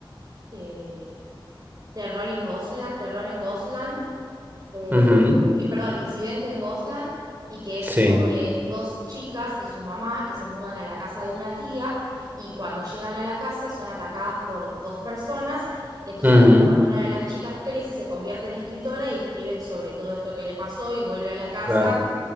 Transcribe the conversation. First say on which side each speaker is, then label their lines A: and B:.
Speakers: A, on the right (about 45°); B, on the right (about 25°).
A: eh, Terror en Goslan, Terror en Goslan, eh,
B: Ujú.
A: eh, perdón, Incidente en Gosland, y que es
B: Sí.
A: sobre dos chicas y su mamá que se mudan a la casa de una tía y cuando llegan a la casa son atacadas por dos personas. Entonces
B: Ujú.
A: después cuando una de las chicas crece se convierte en escritora y escribe sobre todo esto que le pasó y vuelve a la casa
B: Claro.